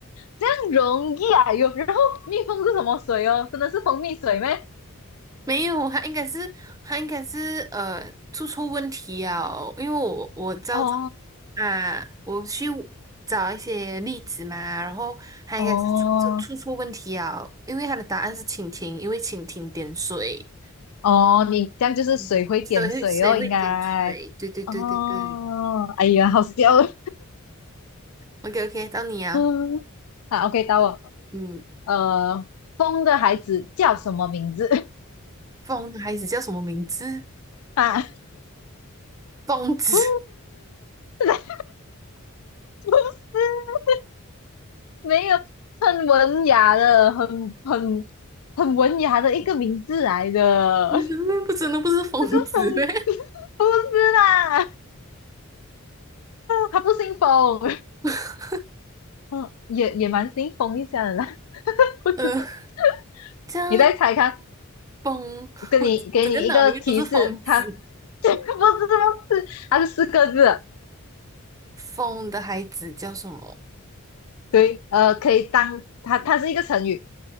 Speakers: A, on the left; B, on the right.
A: 这样容易啊？有，然后蜜蜂是什么水哦？真的是蜂蜜水吗？
B: 没有，他应该是他应该是呃出错问题哦，因为我我照着
A: 哦
B: 啊，我去找一些例子嘛，然后他应该是出出出错问题啊，
A: 哦
B: 因为他的答案是蜻蜓，因为蜻蜓点水，
A: 哦，你这样就是水会点水哦，
B: 嗯，谁会谁会点水？
A: 应该
B: 对对对对对
A: 哦。哎呀，好笑哦
B: ，OK OK，到你啊，
A: 嗯，<laughs> 好，OK，到我。
B: 嗯，
A: 呃，风的孩子叫什么名字？
B: 风的孩子叫什么名字？
A: <laughs> 啊，
B: 疯子。
A: 呼是 <laughs> 没有很文雅的，很很很文雅的一个名字来的。
B: 你那妹不真的不是疯子呗？
A: <laughs> 那个风不是啦，他不姓风，
B: <laughs>
A: 嗯，也也蛮姓风一下的啦。<laughs>
B: 呃，这样
A: 你再猜看，
B: 疯，<laughs>
A: 跟你给你一个提示，
B: 我整个脑里面都是疯子。
A: 他这个 <laughs> 不是不是，他是四个字的
B: 疯的孩子叫什么？
A: 对，呃，可以当它它是一个成语，